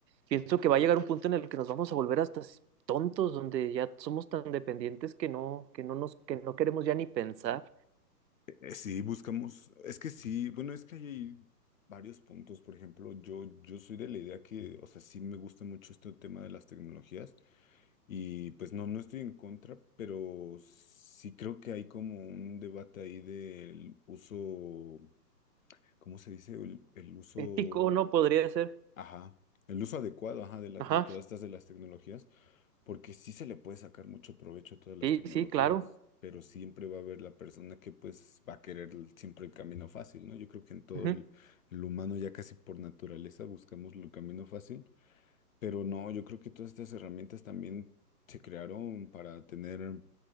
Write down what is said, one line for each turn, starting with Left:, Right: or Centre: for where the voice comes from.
Right: pienso que va a llegar un punto en el que nos vamos a volver hasta tontos, donde ya somos tan dependientes que no, que no nos, que no queremos ya ni pensar.
Left: Eh, sí, buscamos, es que sí, bueno, es que ahí hay varios puntos, por ejemplo, yo, yo soy de la idea que, o sea, sí me gusta mucho este tema de las tecnologías y pues no, no estoy en contra, pero sí creo que hay como un debate ahí del uso, ¿cómo se dice? El, el uso,
Right: Ético no podría ser.
Left: ajá, el uso adecuado, ajá, de la-
Right: Ajá,
Left: de todas estas de las tecnologías porque sí se le puede sacar mucho provecho a todas las
Right: sí,
Left: tecnologías,
Right: sí, claro.
Left: pero siempre va a haber la persona que pues va a querer el- siempre el camino fácil, ¿no? Yo creo que en todo
Right: Ujú.
Left: el, el humano ya casi por naturaleza buscamos el camino fácil, pero no, yo creo que todas estas herramientas también se crearon para tener